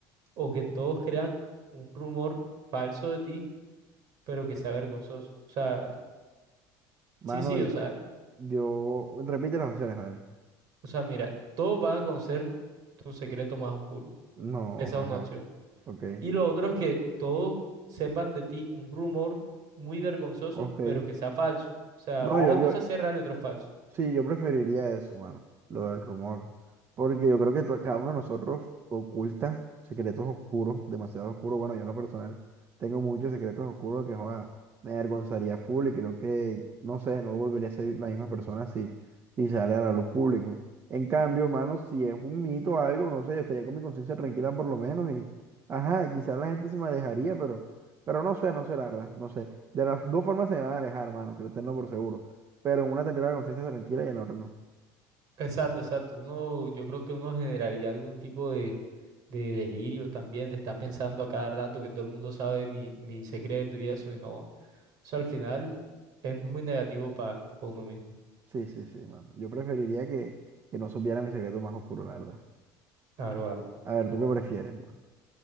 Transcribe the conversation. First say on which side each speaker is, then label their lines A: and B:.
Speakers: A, on the right; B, on the right.
A: o
B: Ujú.
A: que todos crean un rumor falso de ti, pero que sea vergonzoso? O sea,
B: Mano,
A: sí, sí,
B: y-
A: o sea,
B: yo... Repite las opciones, a ver.
A: O sea, mira, todos van a conocer tu secreto más oscuro.
B: No,
A: Esa
B: ajá.
A: es una opción.
B: Ok,
A: Y lo otro es que todos sepan de ti un rumor muy vergonzoso,
B: ok.
A: pero que sea falso. O sea,
B: No,
A: una
B: yo, yo,
A: cosa sí es real y otra es falso.
B: Sí, yo preferiría eso, mano, lo del rumor, porque yo creo que to- cada uno de nosotros oculta secretos oscuros, demasiado oscuros. Bueno, yo en lo personal tengo muchos secretos oscuros que joda, me avergonzaría full y creo que, no sé, no volvería a ser la misma persona si, si sale a la luz pública. En cambio, mano, si es un mito o algo, no sé, yo estaría con mi conciencia tranquila por lo menos y, ajá, quizás la gente se me alejaría, pero, pero no sé, no sé, la verdad, no sé. De las dos formas se me van a alejar, mano, créetenlo por seguro. Pero en una tendría la conciencia tranquila y en la otra no.
A: Exacto, exacto. Uno, yo creo que uno generaría algún tipo de, de delirio también, de estar pensando a cada rato que todo el mundo sabe mi, mi secreto y eso, y no. Eso al final es muy negativo para uno mismo.
B: Sí, sí, sí, mano. Yo preferiría que, que no supiera mi secreto más oscuro, la verdad.
A: Claro, claro.
B: A ver, ¿tú qué prefieres, mano?